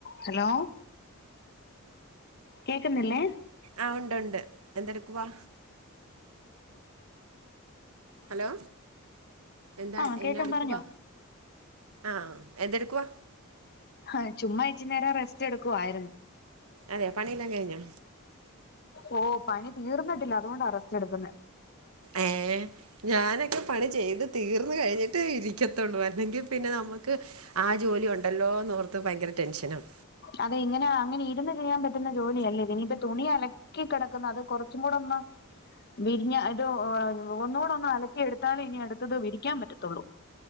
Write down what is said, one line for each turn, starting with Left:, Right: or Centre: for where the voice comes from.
Left: ഹലോ കേക്കുന്നില്ലേ?
Right: ആ ഉണ്ട് ഉണ്ട്. എന്തെടുക്കുവാ? ഹലോ, എന്താ
Left: ആഹ്
Right: എന്നാ
Left: കേക്കാം
Right: എടുക്കുവാ?
Left: പറഞ്ഞോ
Right: ആ എന്തെടുക്കുവ?
Left: ആഹ് ചുമ്മാ ഇച്ചിരി നേരം റെസ്റ്റ് എടുക്കുവായിരുന്നു.
Right: അതെ പണിയെല്ലാം കഴിഞ്ഞോ
Left: ഓ പണി തീർന്നിട്ടില്ല. അതുകൊണ്ടാ റെസ്റ്റ് എടുക്കുന്നെ.
Right: ഏ ഞാനൊക്കെ പണി ചെയ്ത് തീർന്ന് കഴിഞ്ഞിട്ട് ഇരിക്കത്തുള്ളൂ. അല്ലെങ്കിൽ പിന്നെ നമുക്ക് ആ ജോലി ഉണ്ടല്ലോ എന്ന് ഓർത്ത് ഭയങ്കര ടെൻഷനും.
Left: അതെ ഇങ്ങനെ അങ്ങനെ ഇരുന്ന് ചെയ്യാൻ പറ്റുന്ന ജോലിയല്ല. ഇനിയിപ്പ തുണി അല- ക്കി കിടക്കുന്നു. അത് കുറച്ചും കൂടെ ഒന്ന്, വിരിഞ്ഞ ഇത് ഒന്നുടെ ഒന്ന് അലക്കി എടുത്താലേ, ഇനി അടുത്തത് വിരിക്കാൻ പറ്റത്തുള്ളൂ.